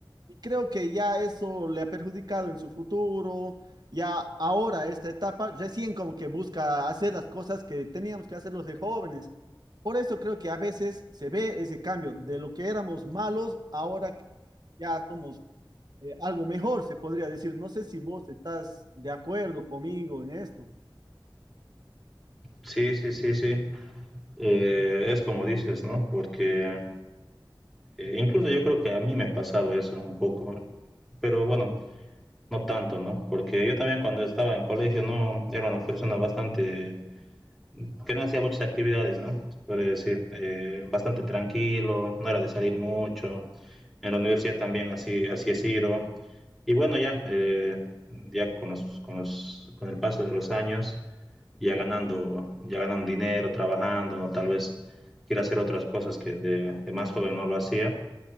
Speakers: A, on the right; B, in the centre.
A: Y creo que ya eso le ha perjudicado en su futuro, ya ahora esta etapa, recién como que busca hacer las cosas que teníamos que hacer los de jóvenes. Por eso creo que a veces se ve ese cambio de lo que éramos malos, ahora ya somos eh, algo mejor, se podría decir. No sé si vos estás de acuerdo conmigo en esto.
B: Sí, sí, sí, sí. Eh, es como dices, ¿no? Porque eh, incluso yo creo que a mí me ha pasado eso un poco, pero bueno, no tanto, ¿no? Porque yo también cuando estaba en colegio no era una persona bastante que no hacía muchas actividades, ¿no? Se puede decir, eh, bastante tranquilo, no era de salir mucho. En la universidad también así así he sido. Y bueno, ya eh, ya con los, con los- con el paso de los años ya ganando, ya ganan dinero, trabajando, ¿no? tal vez quiere hacer otras cosas que de, de más joven no lo hacía,